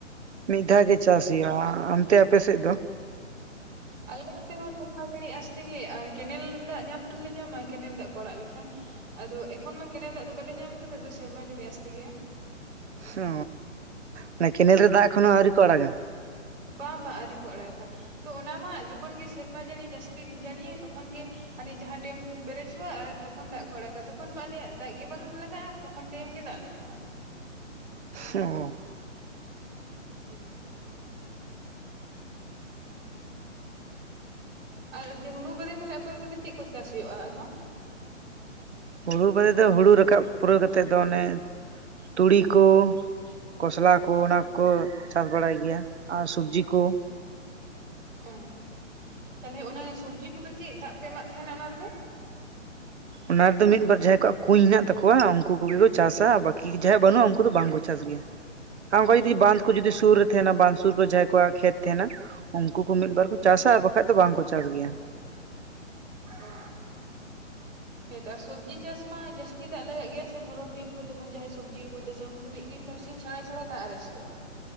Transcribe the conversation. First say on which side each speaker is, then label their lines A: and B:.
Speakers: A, on the right; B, on the right.
A: ᱢᱤᱫ ᱫᱷᱟᱣ ᱜᱮ ᱪᱟᱥ ᱜᱮᱭᱟ᱾ ᱚᱱᱛᱮ ᱟᱯᱮᱥᱮᱫ ᱫᱚ?
B: <unintelligible> ᱟᱞᱮ ᱱᱚᱛᱮ ᱦᱚᱸ ᱥᱮᱨᱢᱟ ᱡᱟᱹᱲᱤ ᱟᱥᱛᱮᱜᱮ ᱟᱨ ᱠᱮᱱᱮᱞ ᱫᱟᱜ ᱧᱟᱢ ᱫᱚᱞᱮ ᱧᱟᱢᱟ ᱠᱮᱱᱮᱞ ᱫᱟᱜ ᱠᱚ ᱟᱲᱟᱜ ᱞᱮᱠᱷᱟᱱ ᱟᱫᱚ ᱮᱠᱷᱚᱱ ᱢᱟ ᱠᱮᱱᱮᱞ ᱫᱟᱜ ᱫᱚ ᱵᱟᱞᱮ ᱧᱟᱢ ᱠᱟᱫᱟ ᱥᱮᱨᱢᱟ ᱡᱟᱹᱲᱤ ᱟᱸᱥ ᱛᱮᱜᱮ
A: ᱚ ᱢᱟᱱᱮ ᱠᱮᱱᱮᱞ ᱨᱮ ᱫᱟᱜ ᱠᱷᱚᱱ ᱦᱚᱸ ᱟᱹᱣᱨᱤ ᱠᱚ ᱟᱲᱟᱜᱟ
B: ᱵᱟᱝ ᱵᱟᱝ ᱟᱹᱣᱨᱤ ᱠᱚ ᱟᱲᱟᱜᱟ ᱛᱚ ᱚᱱᱟ ᱢᱟ ᱡᱚᱠᱷᱚᱱ ᱜᱮ ᱥᱮᱨᱢᱟ ᱡᱟᱹᱲᱤ ᱡᱟᱹᱥᱛᱤ ᱡᱟᱹᱲᱤᱭᱟᱭ ᱛᱚᱠᱷᱚᱱ ᱜᱮ ᱟᱞᱮ ᱡᱟᱦᱟᱸ ᱰᱮᱢ ᱯᱮᱨᱮᱡᱚᱜᱼᱟ ᱟᱨ ᱛᱚᱠᱷᱚᱱ ᱫᱟᱜ ᱠᱚ ᱟᱲᱟᱜᱼᱟ ᱛᱚᱠᱷᱚᱱ ᱢᱟ ᱟᱞᱮᱭᱟᱜ ᱫᱟᱜ ᱜᱮ ᱵᱟᱝ ᱞᱟᱜᱟᱜᱼᱟ ᱛᱚᱠᱷᱚᱱ ᱴᱟᱭᱤᱢ ᱜᱮ ᱫᱟᱜ ᱞᱮ ᱧᱟᱢᱟ
A: ᱚᱻ
B: ᱦᱩᱸ ᱟᱨ ᱦᱩᱲᱩ ᱵᱟᱫᱮ ᱛᱟᱞᱦᱮ ᱟᱯᱮ ᱚᱱᱛᱮ ᱫᱚ ᱪᱮᱫ ᱠᱚ ᱪᱟᱥ ᱦᱩᱭᱩᱜᱼᱟ ᱟᱨᱦᱚᱸ?
A: ᱦᱩᱲᱩ ᱵᱟᱫᱮ ᱫᱚ ᱦᱩᱲᱩ ᱨᱟᱠᱟᱵ ᱯᱩᱨᱟᱹᱣ ᱠᱟᱛᱮᱫ ᱫᱚ ᱚᱱᱮ ᱛᱩᱲᱤ ᱠᱚ ᱠᱷᱚᱥᱞᱟ ᱠᱚ ᱚᱱᱟ ᱠᱚᱠᱚ ᱪᱟᱥ ᱵᱟᱲᱟᱭ ᱜᱮᱭᱟ ᱟᱨ ᱥᱚᱵᱡᱤ ᱠᱚ
B: ᱚ ᱛᱟᱦᱚᱞᱮ ᱚᱱᱟ ᱥᱚᱵᱡᱤ ᱠᱚᱫᱚ ᱪᱮᱫ ᱫᱟᱜ ᱯᱮ ᱮᱢᱟᱜ ᱛᱟᱦᱮᱱᱟ ᱚᱱᱟ ᱨᱮᱫᱚ?
A: ᱚᱱᱟ ᱨᱮᱫᱚ ᱢᱤᱫᱵᱟᱨ ᱡᱟᱦᱟᱸᱭ ᱠᱚᱣᱟᱜ ᱠᱩᱧ ᱦᱮᱱᱟᱜ ᱛᱟᱠᱚᱣᱟ ᱩᱱᱠᱩ ᱠᱚᱜᱮ ᱠᱚ ᱪᱟᱥᱟ ᱾ ᱵᱟᱹᱠᱤ ᱡᱟᱦᱟᱸᱭᱟᱜ ᱵᱟᱹᱱᱩᱜᱼᱟ ᱩᱱᱠᱩ ᱫᱚ ᱵᱟᱝᱠᱚ ᱪᱟᱥ ᱜᱮᱭᱟ᱾ ᱟᱨ ᱚᱱᱠᱟ ᱡᱩᱫᱤ ᱵᱟᱸᱫ ᱠᱚ ᱡᱩᱫᱤ ᱥᱩᱨ ᱨᱮ ᱛᱟᱦᱮᱱᱟ ᱵᱟᱸᱫ ᱥᱩᱨ ᱠᱚᱨᱮ ᱡᱟᱦᱟᱸᱭ ᱠᱚᱣᱟᱜ ᱠᱷᱮᱛ ᱛᱟᱦᱮᱱᱟ ᱩᱱᱠᱩ ᱠᱚ ᱢᱤᱫᱵᱟᱨ
B: ᱦᱳᱭ
A: ᱠᱚ ᱪᱟᱥᱟ ᱟᱨ ᱵᱟᱠᱷᱟᱡ ᱫᱚ ᱵᱟᱝᱠᱚ ᱪᱟᱥ ᱜᱮᱭᱟ
B: ᱚᱻ ᱦᱮᱸᱛᱚ ᱟᱨ ᱥᱚᱵᱽᱡᱤ ᱪᱟᱥ ᱢᱟ ᱡᱟᱹᱥᱛᱤ ᱫᱟᱜ ᱞᱟᱜᱟᱜ ᱜᱮᱭᱟ ᱥᱮ ᱫᱷᱚᱨᱚᱱ ᱫᱤᱱ ᱠᱚ ᱡᱮᱢᱚᱱ ᱡᱟᱦᱟᱸᱭ ᱥᱚᱵᱽᱡᱤ ᱠᱚ ᱪᱟᱥᱟ ᱩᱱᱠᱩ ᱫᱚ ᱢᱤᱫ ᱫᱤᱱ ᱵᱟᱨ ᱥᱤᱧ ᱪᱷᱟᱲᱟ ᱪᱷᱟᱲᱟ ᱫᱟᱜ ᱟᱨᱮᱡ ᱦᱩᱭᱩᱜᱼᱟ